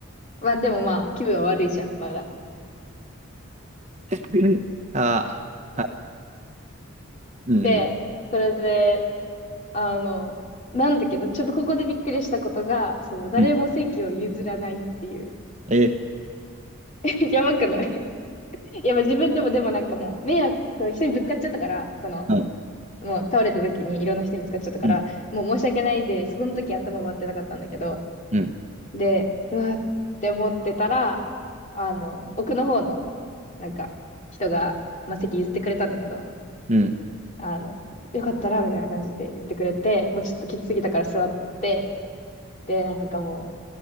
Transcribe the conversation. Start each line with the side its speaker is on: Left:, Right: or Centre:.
Left: まあでもまあ気分は悪いじゃん、まだ。
Right: <laughs> ああ、はい。うん。うん。
Left: で、それで、あの、なんだけど、ちょっとここでびっくりしたことが、その誰も席を譲らないっていう。
Right: うん。え、
Left: <laughs> やばくない <laughs> いや、まあ自分でもでもなんかもう、迷惑、人にぶつかっちゃったから、その、
Right: うん。
Left: もう倒れた時にいろんな人にぶつかっちゃったから、
Right: うん。
Left: もう申し訳ないで、そこの時頭回ってなかったんだけど、
Right: うん。
Left: で、うわって思ってたら、あの、奥の方の、なんか、人が、まあ、席譲ってくれたんだけど、
Right: うん。
Left: あの、よかったら、みたいな感じで言ってくれて、もうちょっときつすぎたから座って、で、なんかも